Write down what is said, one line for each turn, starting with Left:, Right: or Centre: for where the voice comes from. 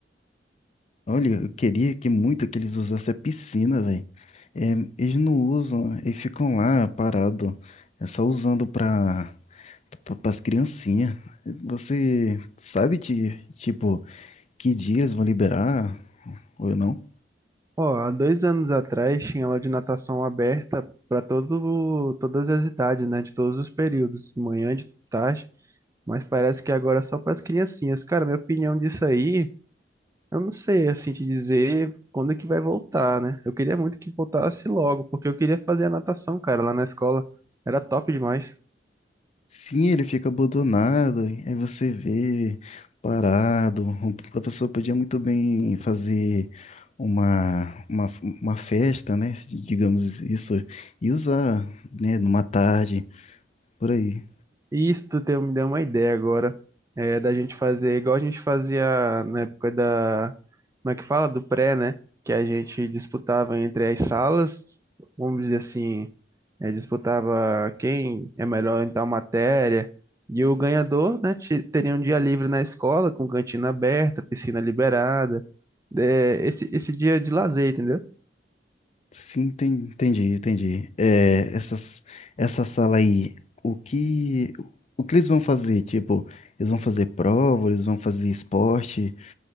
Left: Olha, eu queria que muito que eles usassem a piscina, velho. É, eles não usam, eles ficam lá parado. É só usando pra para as criancinhas. Você sabe de tipo que dia eles vão liberar ou não?
Right: Ó, há dois anos atrás tinha aula de natação aberta para todo, todas as idades, né? De todos os períodos, de manhã, de tarde, mas parece que agora é só para as criancinhas. Cara, minha opinião disso aí, eu não sei assim te dizer quando é que vai voltar, né? Eu queria muito que voltasse logo, porque eu queria fazer a natação, cara, lá na escola. Era top demais.
Left: Sim, ele fica abandonado, aí você vê parado. O professor podia muito bem fazer uma, uma, uma festa, né? Digamos isso, e usar, né? Numa tarde, por aí.
Right: E Isso tu deu- me deu uma ideia agora, é, da gente fazer igual a gente fazia na época da, como é que fala? Do pré, né? Que a gente disputava entre as salas, vamos dizer assim, é, disputava quem é melhor em tal matéria, e o ganhador, né, te- teria um dia livre na escola, com cantina aberta, piscina liberada, é, esse, esse dia de lazer, entendeu?
Left: Sim, tem- entendi, entendi. É, essas, essa sala aí, o que, o que eles vão fazer? Tipo, eles vão fazer prova, eles vão fazer esporte?